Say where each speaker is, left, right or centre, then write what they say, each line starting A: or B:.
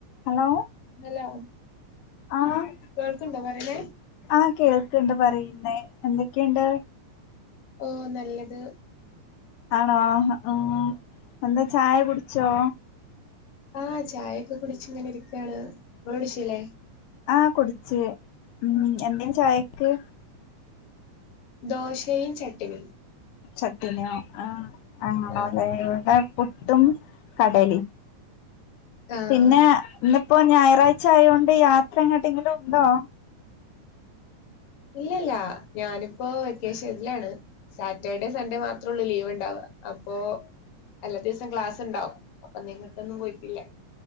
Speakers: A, on the left (about 80°); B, on the left (about 55°).
A: Hello
B: hello
A: ആഹ്
B: കേൾക്ക്ണ്ടോ പറയണേ
A: ആഹ് കേൾ ക്ക്ണ്ട് പറിയുന്നേ എന്തൊക്കേണ്ട്
B: ഓഹ് നല്ലത്
A: ആണോ ആഹ് എന്താ ചായ കുട് ച്ചോ
B: ആഹ് ചായൊക്കെ കുട്ച്ങ്ങനെരിക്കാണ് ങ്ങളുട്ച്ച്ലേ
A: ആഹ് കുടിച്ച്. ഉംഹ് എന്തേനി ചായയ്ക്ക്
B: ദോശയും ചട്ടിനിം
A: ചട്ടിനോ ആഹ്
B: ആഹ്
A: ആലേ ഇവടെ പുട്ടും കടലിം
B: ആഹ്
A: പിന്നെ ന്ന് ഇപ്പൊ ഞായറാഴ്ച ആയോണ്ട് യാത്രങ്ങട്ടെങ്കിലും ഉണ്ടോ
B: ഇല്ലല്ല ഞാനിപ്പോ വെക്കേഷൻലാണ് സാറ്റർഡേ സൺഡേ മാത്രേ ഒള്ളൂ ലീവ് ഒണ്ടാവുക അപ്പോ അല്ലാതെ സ് ക്ലാസ് ണ്ടാവും അപ്പ നിങ്ങ <unintelligible> പോയിട്ടില്ല